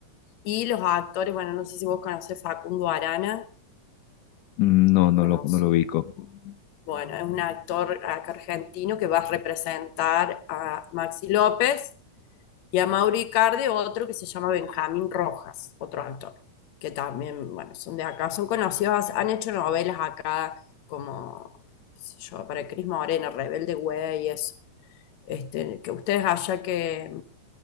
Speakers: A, on the left; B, on the left.
A: y los actores, bueno, no sé si vos conocés Facundo Arana,
B: Mm, No,
A: es
B: no
A: conocido.
B: lo, no lo ubico.
A: Bueno, es un actor acá argentino que va a representar a Maxi López y a Mauri Icardi, otro que se llama Benjamín Rojas, otro actor, que también, bueno, son de acá, son conocidos, han hecho novelas acá como, qué sé yo, para Cris Morena, Rebelde Güey, y eso. Este, que ustedes allá que,